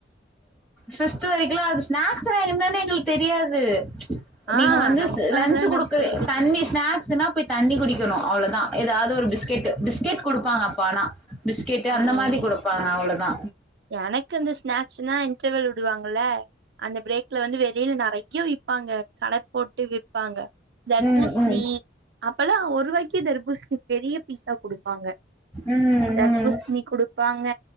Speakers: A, in the centre; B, on the right (about 60°).
A: சிக்ஸ்த் வரைக்குலா அது ஸ்நாக்ஸ்னா என்னன்னு எங்களுக்கு தெரியாது ச்
B: ஆ
A: நீங்க வந்து
B: நமக்காகலா
A: ஸ் லன்சு
B: என்னன்
A: குடுக்கு
B: தெரியவே
A: தண்ணிஸ்
B: தெரி
A: ஸ்நாக்ஸ்ன்னா போய் தண்ணி குடிக்குணு அவ்ளோதா ஏதாது ஒரு பிஸ்கெட் பிஸ்கெட் குடுப்பாங்க அப்பா ஆனா பிஸ்கெட்டு அந்த
B: ம்
A: மாரி குடுப்பாங்க அவ்ளேதா
B: எனக்கு இந்த ஸ்நாக்ஸ்ன்னா இன்டர்வல் விடுவாங்கல அந்த பிரேக்ல வந்து வெளியில றெறைய விப்பாங்க கட போட்டு விப்பாங்க தர்பூசணி
A: ம் ம்
B: அப்பல்லா ஒரு வாய்கே தர்பூஸ்ணி பெரிய பீஸா குடுப்பாங்க
A: ம்
B: தர்பூஸ்ணி
A: ம்
B: குடுக் பாங்க